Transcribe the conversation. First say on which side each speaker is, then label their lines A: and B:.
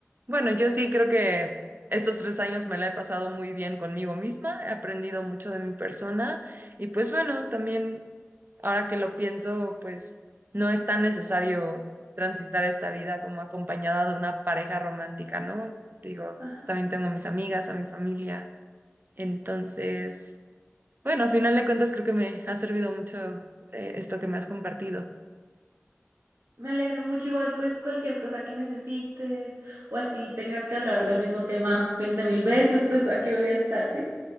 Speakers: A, on the right (about 45°); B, on the right (about 65°).
A: bueno, yo sí creo que estos tres años me la he pasado muy bien conmigo misma, he aprendido mucho de mi persona y pues bueno, también ahora que lo pienso, pues no es tan necesario transitar esta vida como acompañada de una pareja romántica, ¿no? Digo,
B: ajá.
A: pues, también tengo a mis amigas, a mi familia, entonces... Bueno, a final de cuentas creo que me ha servido mucho eh, esto que me has compartido.
B: Me alegra mucho, igual pues cualquier cosa que necesites o así tengas que hablar del mismo tema veinte mil veces, pues aquí voy a estar, ¿sí?